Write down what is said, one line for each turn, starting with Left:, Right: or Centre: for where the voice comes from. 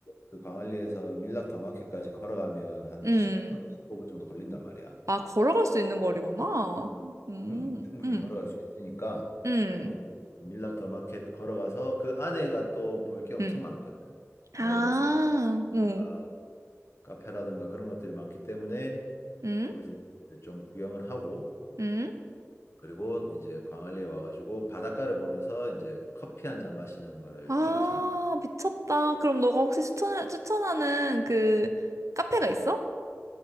Left: 그 광안리에서 밀락 더 마켓까지 걸어가면 한
Right: 응.
Left: 10분, 15분 정도 걸린단 말이야.
Right: 아, 걸어갈 수 있는 거리구나. 응,
Left: 음, 충분히
Right: 응,
Left: 걸어갈 수 있으니까
Right: 응,
Left: 거기 밀락 더 마켓 걸어가서 그 안에가 또 볼 게 엄청
Right: 응.
Left: 많거든. 뭐
Right: 아,
Left: 이런 소품이라든가
Right: 응,
Left: 카페라든가 그런 것들이 많기 때문에
Right: 응,
Left: 거기서 이제 좀 구경을 하고
Right: 응.
Left: 그리고 이제 광안리에 와가지고 바닷가를 보면서 이제 커피 한 잔 마시는 거를
Right: 아,
Left: 추천.
Right: 미쳤다. 그럼 너가 혹시 추천, 추천하는 그 카페가 있어?